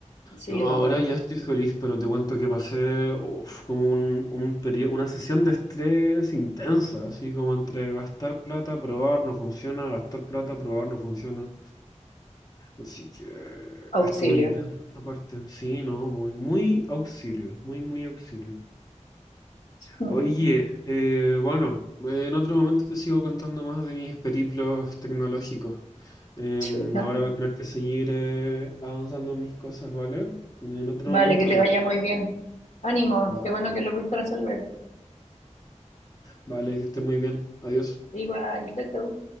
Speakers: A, on the left; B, on the left.
A: Sí,
B: no,
A: dolor,
B: ahora ya estoy feliz, pero te cuento que pasé uf, como un, un periodo, una sesión de estrés intensa, así como entre gastar plata, probar, no funciona, gastar plata, probar, no funciona. Así que
A: auxilio.
B: estuvo intenso esa parte. Sí, no, muy, muy auxilio, muy, muy auxilio.
A: <laughs>
B: Oye, eh, bueno, en otro momento te sigo contando más de mis periplos tecnológicos. Em,
A: Chuta.
B: ahora voy a tener que seguir eh, avanzando en mis cosas, ¿vale? En otro
A: Vale,
B: momento
A: que
B: hablamos.
A: te vaya muy bien. Ánimo,
B: Vale.
A: qué bueno que lo pudiste resolver.
B: Vale, que esté muy bien. Adiós.
A: Igual, chao, chao.